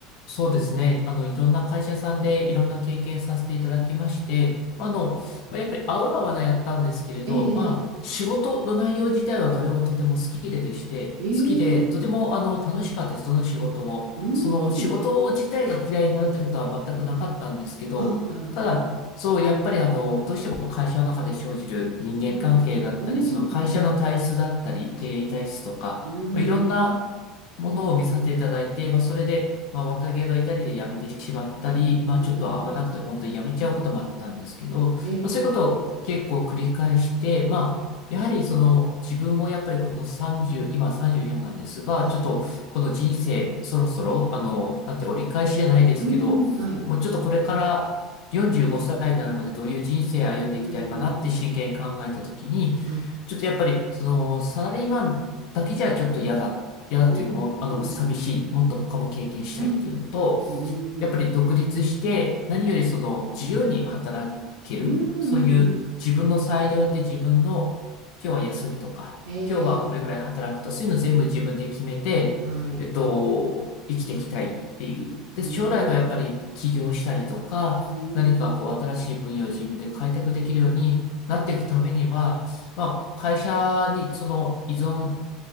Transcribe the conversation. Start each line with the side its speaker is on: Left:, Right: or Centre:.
Left: そうですね。あの、いろんな会社さんでいろんな経験させていただきまして、あの、まあ、やっぱり合う合わないやったんですけれど、
Right: ええ、
Left: まあ、仕事の内容自体はどれもとても好きででして、
Right: え
Left: 好きで、とてもあの、
Right: え、ええ
Left: 楽しかったです。どの仕事も。
Right: うーん。
Left: その仕事自体が嫌いになるってことは全くなかったんですけど、
Right: あ、なるほど。
Left: ただ、
Right: うん、
Left: そう、やっぱりあの、どうしても会社の中で生じる人間関係だったり、
Right: うん、うん、
Left: その会社の体質だったり、経営体質とか、
Right: うん、
Left: まあいろんなものを見させていただいて、まあ、それで、まあ、若気の至りで辞めてしまったり、まあ、
Right: うん
Left: ちょっと合わなくて本当に辞めちゃうこともあったんですけど、まあ、
Right: ええ、
Left: そういうことを結構繰り返して、
Right: ええ
Left: まあ、やはりその自分もやっぱりこの30、今34なんですが、
Right: はい。
Left: ちょっとこの人生そろそろ、あの、なんて折り返しじゃないですけど、
Right: うん、はい。
Left: もうちょっとこれから45歳になるまでどういう人生歩んでいきたいかなって真剣に考えたときに、
Right: うん、はい。
Left: ちょっとやっぱりそのサラリーマンだけじゃちょっと嫌だ嫌だというかもう、
Right: うん、
Left: あの、
Right: うん、
Left: 寂しい、
Right: うん。
Left: もっと他も経験したいっていうのと、
Right: うん、うん。
Left: やっぱり独立して、何よりその自由に働ける、
Right: うん、うん、うん。
Left: そういう自分の裁量で自分の、今日は休みとか、
Right: ええ、
Left: 今日はこれぐらい働くと、
Right: ええ。
Left: そういうの全部自分で決めて、
Right: はい。
Left: えっと、生きていきたいっていう。で、将来はやっぱり起業したりとか、
Right: うん、うん、
Left: 何かこう新しい分野を自分で開拓できるようになっていくためには、まあ、会社にその依存